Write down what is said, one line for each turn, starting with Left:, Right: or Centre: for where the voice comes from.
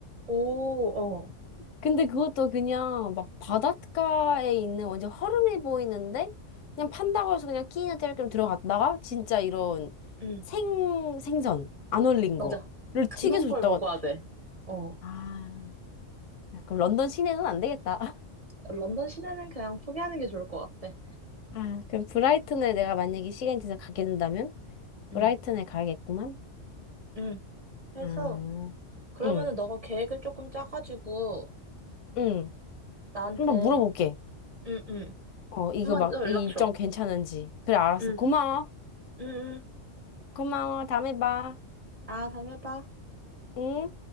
Right: 오, 어,
Left: 근데 그것도 그냥, 막, 바닷가에 있는 완전 허름해 보이는데, 그냥 판다고 해서 그냥 끼니나 때울 겸 들어갔다가, 진짜 이런
Right: 음,
Left: 생, 생선, 안 얼린
Right: 맞아.
Left: 거를
Right: 그런
Left: 튀겨서
Right: 걸
Left: 줬다고.
Right: 먹어야 돼. 어,
Left: 아, 그럼 런던 시내는 안 되겠다.
Right: 런던 시내는 그냥 포기하는 게 좋을 것 같아.
Left: 아, 그럼 브라이튼에 내가 만약에 시간이 돼서 가게 된다면?
Right: 음,
Left: 브라이튼에 가야겠구만.
Right: 음. 그래서,
Left: 아,
Right: 그러면은
Left: 응,
Right: 너가 계획을 조금 짜가지고,
Left: 응.
Right: 나한테,
Left: 한번 물어볼게.
Right: 응, 응.
Left: 어, 이거
Right: 한번
Left: 막,
Right: 더 연락
Left: 이 일정
Right: 줘.
Left: 괜찮은지. 그래, 알았어.
Right: 응,
Left: 고마워.
Right: 응, 응.
Left: 고마워. 다음에 봐.
Right: 아, 다음에 봐.
Left: 응?